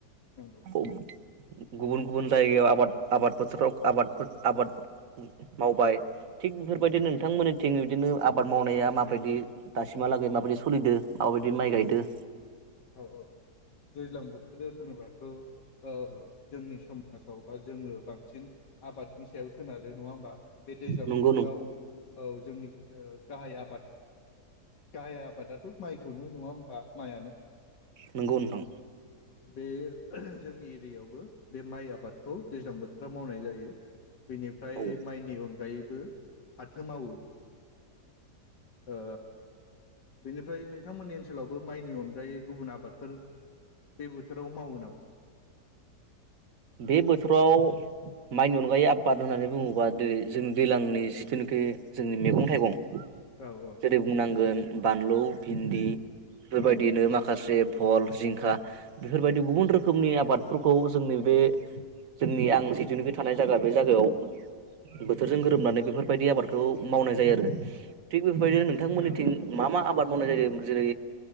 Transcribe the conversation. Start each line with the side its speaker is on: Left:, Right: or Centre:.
Left: नंगौ
Right: औ गुबुन गुबुन जायगायाव आबाद आबाद फोथाराव। आबाद आबाद मावबाय। थिग बेफोरबायदि
Left: औ
Right: नोंथांमोनन थिं बिदिनो आबाद मावनाया माबादि दासिमहालागै माबादि सलिदो माबायदि माइ गायदो।
Left: औ औ दैज्लां बोथोर होनोबाथ ओ जोंनि समाजाव बा जोङो बांसिन आबादनि सायाव सोनार नङा होमबा बे दैज्लां
Right: नंगौ
Left: बोथोराव औ जोंनि ओ गाहाय आबाद गाहाय आबादाथ माइखौनो नङा होमबा माइआनो।
Right: नंगौ नोंथां।
Left: बे जोंनि एरियायावबो बे माइ आबादखौ दैज्लां बोथोराव मावनाय जायो। बेनिफ्राय
Right: औ
Left: माइनि उन अनगायैबो फाथो मावो। ओ बेनिफ्राय नोंथांमोननि ओन ओनसोलावबो माइनि अनगायै गुबुन आबाद फोर बे बोथोराव मावो नामा?
Right: बे बोथोराव माइनि अनगायै आबाद होननानै बुङोबा दि जोंनि दैज्लांनि जिथुनाखि जोंनि मैगं थाइगं
Left: औ औ
Right: जेरै बुंनांगोन बानलु, भिन्दि बेफोरबायदिनो
Left: औ
Right: माखासे फल, जिंखा बेफोरबायदि गुबुन रोखोमनि आबादफोरखौ जोंनि बे जोंनि आं जिथुनिखि थानाय जायगा बे जायगायाव बोथोरजों गोरोबनानै बेफोरबायदि आबादखौ मावनाय जायो आरो थि बेफोरबायदिनो नोंथांमोननिथिं
Left: औ
Right: मा मा आब आबाद मावनाय जायो। जेरै